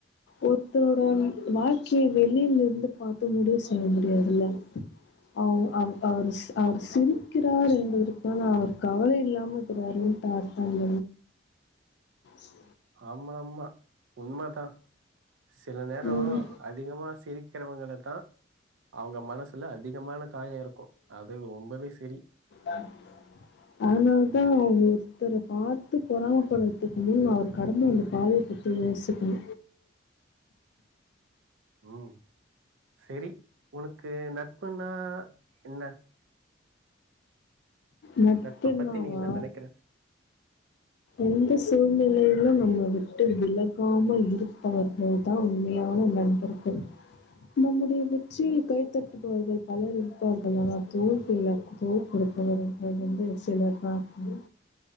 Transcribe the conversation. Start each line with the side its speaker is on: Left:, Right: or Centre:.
Left: ஒருத்தோட வாழ்க்கைய வெளியில இருந்து பாத்து முடிவு செய்ய முடியாதுல்ல அவ அவ் அவுரு சி அவுரு சிரிக்கிறாரு என்பதற்கான அவர் கவலை இல்லாம இது வரைலு பாத்தாங்க சே
Right: ஆமா ஆமா உண்ம தா சில நேர
Left: ம்.
Right: அதிகமா சிரி க்கிறவங்கள தா அவங்க மனசுல அதிகமான காய இருக்கு அது ரொம்பவே சரி
Left: ஆ அதனால தா ஒருத்தர பாத்து பொறாமப்பட்றத்துக்கு முன் அவர் கடந்து வந்த பாதய பிரின்ஸுபலு
Right: ம் செரி ஒனக்கு நட்புனா என்ன
Left: நட்பின்னாவா
Right: நட்ப பத்தி நீ என்ன நெனைக்கிற
Left: எந்த சூழ்நிலையிலு என்ன விட்டு விலகாமல் இருப்பது பேர்தா உண்மையான நட் ப்பு நம்முடைய வெற்றி கைத்தட்டுபவர்கள் பலர் இருப்பார்கள் ஆனால் <unintelligible> குடுப்பார்கள் வந்து சிலர் தா அப்டி